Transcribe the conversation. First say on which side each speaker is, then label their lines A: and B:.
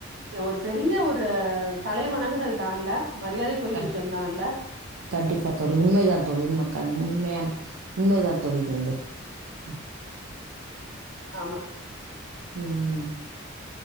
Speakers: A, on the right; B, on the right.
A: ந்த ஒரு பெரிய ஒரு தலை வணங்குதல் தான்ல்ல மரியாதைக்குரிய
B: கண்
A: விஷயம் தான்ல்ல
B: கண்டிப்பா தோழி உண்மைதான் தோழி உண்ம கண் உண்மையான உண்மைதா தோழி இது வந்து ம்
A: ஆமா
B: உம்